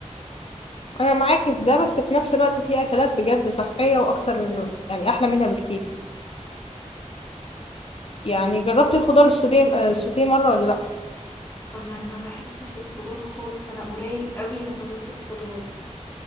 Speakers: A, on the left; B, on the left.
A: انا معاكي في ده بس في نفس الوقت في اكلات بجد صحيه واكتر يعني احلى منها بكتير يعني جربتي الخضار السوتيه آه، السوتيه مره ولا لا
B: انا ما بحبش الخضار خالص انا قليل قوي لما باكل خضار